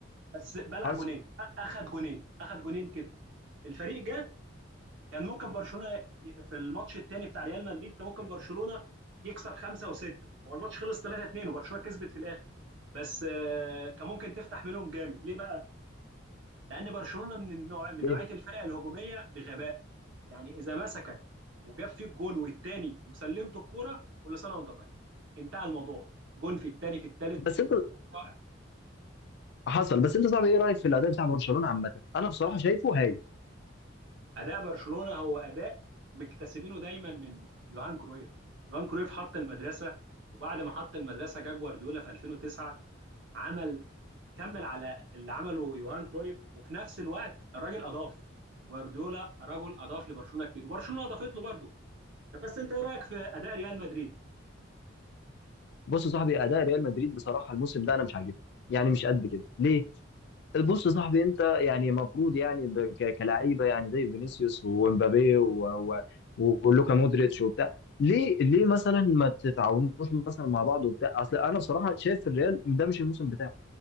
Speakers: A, on the right (about 70°); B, on the left (about 55°).
A: بس بلع
B: حصل
A: جونين أ- اخد جونين اخد جونين كده الفريق جه كان ممكن برشلونه ي- في الماتش الثاني بتاع ريال مدريد كان ممكن برشلونه يكسب خمسه وسته هو الماتش خلص 3 2 وبرشلونه كسبت في الاخر بس آه، كان ممكن تفتح منهم جامد ليه بقى لان برشلونه من النوع من
B: ايه
A: نوعيه الفرق الهجوميه بغباء يعني اذا مسكك وجاب فيك جون والتاني وسلمت الكوره كل سنه وانت طيب انتهى الموضوع جون في التاني في التالت
B: بس انت
A: هو رائع
B: حصل بس انت صاحبي ايه رايك في الاداء بتاع برشلونه عامه انا بصراحه شايفه هايل
A: اداء برشلونه هو اداء مكتسبينه دايما من يوهان كرويف يوهان كرويف حط المدرسه وبعد ما حط المدرسه جا جوارديولا في 2009 عمل كمل على اللي عمله يوهان كرويف وفي نفس الوقت الراجل اضاف جوارديولا رجل اضاف لبرشلونه كتير وبرشلونه اضافت له برضه بس انت ايه رايك في اداء ريال مدريد
B: بص يا صاحبي اداء ريال مدريد بصراحه الموسم ده انا مش عاجبني يعني مش قد كده ليه بص يا صاحبي انت يعني المفروض يعني ب- ك- كلاعيبه يعني زي فينيسيوس ومبابي و- و- ولوكا مودريتش وبتاع ليه ليه مثلا ما تتعاونوش مثلا مع بعض وبتاع اصل انا بصراحه شايف الريال ده مش الموسم بتاعه